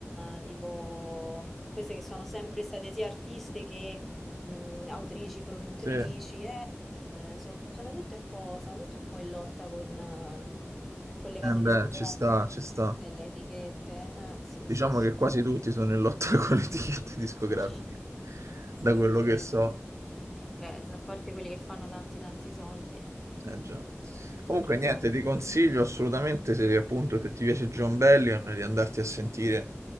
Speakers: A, in the centre; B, on the right.
A: eh, tipo queste che sono sempre state sia artiste che mh, autrici, produttrici,
B: sì. Eh,
A: eh, eh, so- sono tutte un po', sono tutte un po' in lotta con, eh, con le case discografiche
B: beh, ci sta, ci sta.
A: e le etichette. Eh, sì,
B: Diciamo
A: sì, sì,
B: che
A: infatti.
B: quasi tutti sono in lotta <laughs> con le etichette discografiche,
A: <laughs> Sì,
B: da quello
A: direi
B: che so.
A: di sì. Beh, a parte quelli che fanno tanti tanti soldi,
B: Eh già.
A: e
B: Comunque
A: ti dico.
B: niente, ti consiglio assolutamente se appunto se ti piace John Bellion di andarti a sentire